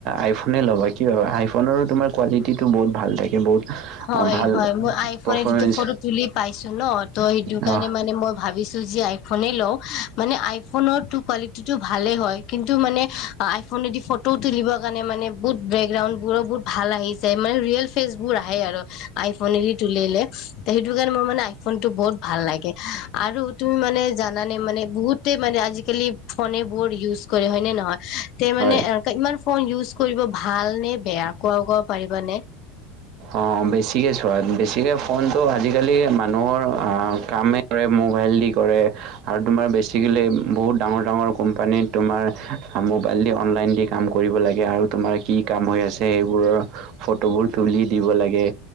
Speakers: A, on the right; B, on the left.
A: আইফোনেই ল'বা? কি হয় ভাবা আইফোনৰো তোমাৰ কোৱালিটিটো বহুত ভাল থাকে বহুত
B: হয়
A: ভাল
B: হয়, মই আইফোনে
A: পাৰফৰ্মেঞ্চ
B: যিটো ফটো তুলি পাইছো ন ত সেইটো কাৰণে
A: অহ
B: মানে মই ভাবিছো যে আইফোনে লওঁ মানেই আই ফোনৰ টো কোৱালিটিটো ভালে হয়। কিন্তু মানে আইফোনে দি ফটো তুলিবৰ কাৰণে মানে বহুত বেকগ্ৰাউণ্ড বোৰো বহু ভাল আহিছে মানে ৰিয়েল ফেচবোৰ আ- হে আৰু আইফোনে দি তুলিলে সেইটো কাৰণে মোৰ মানে আইফোন টো বহুত ভাল লাগে। আৰু তুমি মানে জানানে মানে বহুতে মানে আজিকালি ফোনেব'ৰ্ড ইউজ ইউজ কৰে হয় নে নহয় তে মানে
A: হয়
B: এনকা ইমান ফোন ইউজ কৰিব ভাল নে বেয়া? কোৱা কব পাৰিবানে?
A: অঁ বেছিকে চোৱা, বেছিকৈ ফোনটো আজিকালি মানুহৰ অ' কামেই কৰে মোবাইল দি কৰে আৰু তোমাৰ বেছিকেলি বহুত ডাঙৰ ডাঙৰ কোম্পানীত তোমাৰ মোবাইল দি অনলাইন দি কাম কৰিব লাগে আৰু তোমাৰ কি কাম হৈ আছে সেই বোৰৰ ফটোবোৰ তুলি দিব লাগে